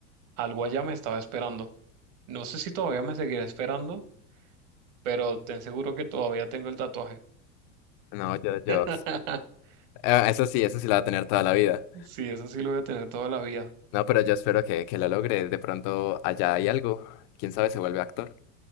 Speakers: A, on the right; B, on the left.
A: algo allá me estaba esperando. No sé si todavía me seguirá esperando, pero te aseguro que todavía tengo el tatuaje.
B: No, yo, yo,
A: <laughs>
B: eh, eso sí, eso sí la va a tener toda la vida.
A: Sí, eso sí lo voy a tener toda la vida.
B: No, pero yo espero que, que lo logre. De pronto allá hay algo. ¿Quién sabe, se vuelve actor?